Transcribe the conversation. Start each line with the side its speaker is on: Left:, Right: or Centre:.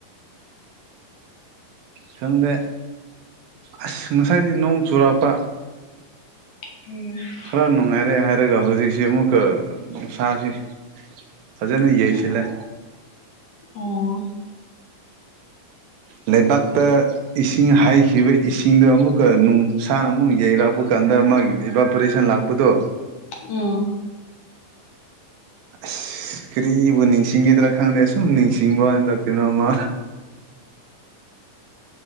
Right: ꯈꯪꯗꯦ ꯑꯁ ꯉꯁꯥꯏꯗꯤ ꯅꯣꯡ ꯆꯨꯔꯛꯄ
Left: <unintelligible>
Right: ꯈꯔ ꯅꯨꯡꯉꯥꯏꯔꯦ ꯍꯥꯏꯔꯒ ꯍꯧꯖꯤꯛꯁꯤ ꯑꯃꯨꯛꯀ ꯅꯨꯡꯁꯥꯁꯤ ꯐꯖꯅ ꯌꯩꯁꯤꯜꯂꯦ
Left: ꯑꯣ
Right: ꯂꯩꯕꯥꯛꯇ ꯏꯁꯤꯡ ꯍꯩꯈꯤꯕ ꯏꯁꯤꯡꯗꯣ ꯑꯃꯨꯛꯀ ꯅꯨꯡꯁꯥꯅ ꯑꯃꯨꯛ ꯌꯩꯔꯛꯄ ꯀꯥꯟꯗ ꯃꯥꯒꯤ ꯏꯕꯥꯄꯣꯔꯦꯁꯟ ꯂꯥꯛ ꯄꯗꯣ
Left: ꯎꯝ
Right: ꯑꯁ ꯀꯔꯤꯕꯨ ꯅꯤꯡꯁꯤꯡꯉꯤꯗ꯭ꯔꯥ ꯈꯪꯗꯦ ꯁꯨꯝ ꯅꯤꯡꯁꯤꯡꯕꯋꯥꯟꯗꯛ ꯀꯩꯅꯣ ꯑꯃ